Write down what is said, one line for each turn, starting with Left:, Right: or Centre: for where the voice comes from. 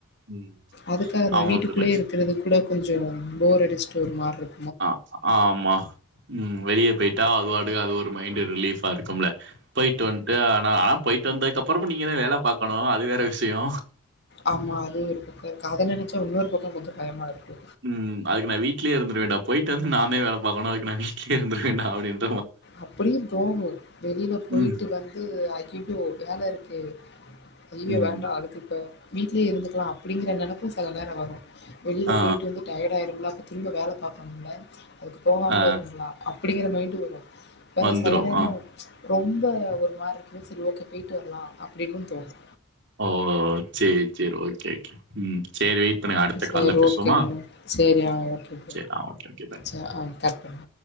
Right: ம்.
Left: அதுக்காக தா
Right: அவங்களுக்கு
Left: வீட்டுக்குள்ளயே
Right: ரிலாக்ஸ்.
Left: இருக்கறது கூட கொஞ்சோ போர் அடிச்சுட்டு ஒரு மாரி இருக்கு
Right: ஆ ஆ ஆமா ம் வெளிய போயிட்டா அது பாட்டுக்கு அது ஒரு மைண்டு் ரிலீஃபா இருக்கும்ல போயிட்டு வன்ட்டு ஆனா ஆனா போயிட்டு வந்ததுக்க அப்பறமும் நீங்க தா வேல பாக்கணு அது வேற விஷயோ
Left: ஆமா அது ஒரு பக்கோ இருக்கு அதன நெனச்சா இன்னொரு பக்கோ கொஞ்சோ பயமா இருக்கு
Right: ம் அதுக்கு நா வீட்லயே இருந்துரு வேண்டா போயிட்டு வந்து நானே வேல பாக்கணு அதுக்கு ந வீட்லயே இருந்துருவேண்டா அப்டின்
Left: அப்டியு தோனு வெளில போயிட்டு
Right: ம்
Left: வந்து அகி ஐயோ வேல இருக்கே ஐயோ
Right: ம்
Left: வேண்டா அதுக்கு இப்ப வீட்லயே இருந்துக்கலா அப்டிங்கற நெனப்பு செல நேரோ வரு வெளியில
Right: ஆ
Left: போயிட்டு வந்து டயார்ட் ஆயிரும்ல திரும்ப வேல பாக்கணும்ல அதுக்கு போகாமல
Right: ஆ
Left: இருந்துடலா அப்டிங்கிற மைண்டு வரும் வேற
Right: வந்துரு
Left: செல நேரோ
Right: ஆ
Left: ரொம்ப ஒரு மாரி இருக்கு செரி ஓகே போயிட்டு வரலா அப்டின்னு தோணு
Right: ஓ சேரி சேரி ஓகே ஓகே ம் சேரி பண்ணுங்க அடுத்த
Left: சேரி
Right: கால்ல பேசுவோமா
Left: ஓகேங்க சேரி ஆ ஓகே
Right: சேரி ஆ ஓகே ஓகே பாய்
Left: செர் ஆ கரெக்ட் பண்